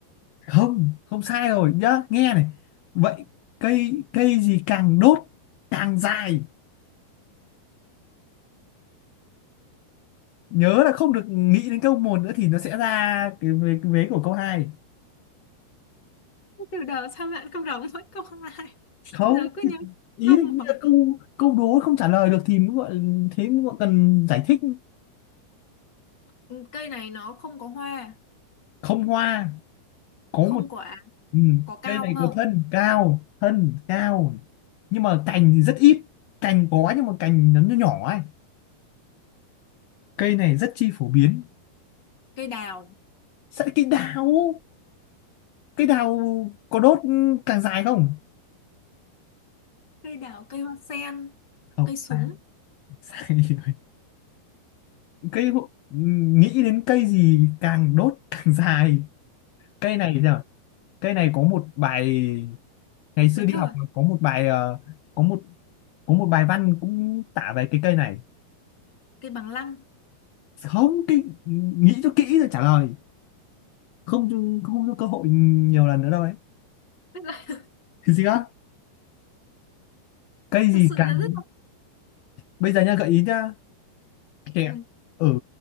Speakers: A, on the left (about 75°); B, on the left (about 25°).
A: không không sai rồi nhá nghe này vậy cây cây gì càng đốt càng dài nhớ là không được nghĩ đến câu một nữa thì nó sẽ ra cái vế, cái vế của câu hai
B: từ đầu sao bạn không đọc mỗi câu hai
A: không
B: giờ cứ nhớ
A: ý
B: câu
A: là
B: một
A: như là câu câu đố không trả lời được thì mới gọi thế mới gọi cần giải thích
B: Ừ, cây này nó không có hoa
A: không hoa có
B: không
A: một
B: quả
A: ừ,
B: có cao
A: đây này
B: không
A: có thân cao thân cao nhưng mà cành thì rất ít cành có nhưng mà cành nó nhỏ nhỏ ấy cây này rất chi phổ biến
B: cây đào
A: sẵn cây đào cây đào có đốt ừ, càng dài không
B: cây đào cây hoa sen
A: không
B: cây súng
A: à, <laughs> sai rồi cây hộ- nghĩ đến cây gì càng đốt <laughs> càng dài cây này thì sao cây này có một bài ngày xưa
B: bài
A: đi
B: thơ
A: học
B: à?
A: có một bài ờ, có một có một bài văn cũng tả về cái cây này
B: cây bằng lăng
A: không kỹ, nghĩ cho kỹ rồi trả lời không cho- không cho cơ hội nhiều lần nữa đâu đấy
B: Tức là-
A: cái gì á
B: <laughs>
A: cây gì
B: thật sự
A: càng
B: là rất là
A: bây giờ nha gợi ý nhá kẹo
B: ừ.
A: ở